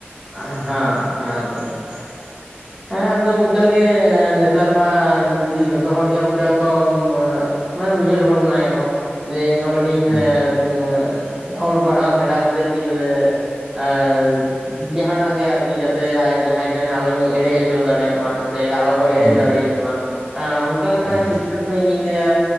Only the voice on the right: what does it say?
ᱮᱸᱼ ᱦᱮᱸ, ᱦᱮᱸ ᱛᱚ ᱾ ᱦᱮᱸᱼᱟᱫᱚ, ᱚᱱᱠᱟ ᱜᱮ ᱱᱮᱛᱟᱨ ᱢᱟ, ᱡᱩᱫᱤ ᱡᱷᱚᱛᱚ ᱦᱚᱲ ᱜᱮ, ᱚᱱᱠᱟ ᱠᱚ ᱢᱟᱱᱮ, ᱩᱭᱦᱟᱹᱨ ᱵᱷᱟᱵᱱᱟᱭ ᱟᱠᱚ ᱾ ᱡᱮ ᱤᱧ ᱦᱚᱸ ᱠᱟᱴᱤᱡ ᱤᱧ ᱤ
ᱧᱼ ᱟ ᱚᱞ ᱯᱟᱲᱦᱟᱣ ᱥᱮᱬᱟ ᱠᱟᱛᱮ, ᱮᱸᱼ ᱡᱟᱦᱟᱱᱟᱜ ᱜᱮ, ᱟᱨᱠᱤ ᱡᱟᱛᱮ, ᱡᱟᱦᱟᱸᱭ ᱴᱷᱮᱱ, ᱟᱞᱚᱧ ᱮᱲᱮ ᱦᱚᱪᱚ ᱫᱟᱲᱮᱭᱟᱜ ᱢᱟ ᱾ ᱥᱮ ᱟᱞᱚ ᱠᱚ ᱮᱲᱮ
ᱫᱟᱲᱮᱭᱟᱧ ᱢᱟ ᱾ ᱚᱱᱠᱟ ᱞᱮᱠᱟᱱᱟᱜ
ᱥᱤ ᱤᱼᱧᱤᱧ ᱞᱟᱹᱭᱟ,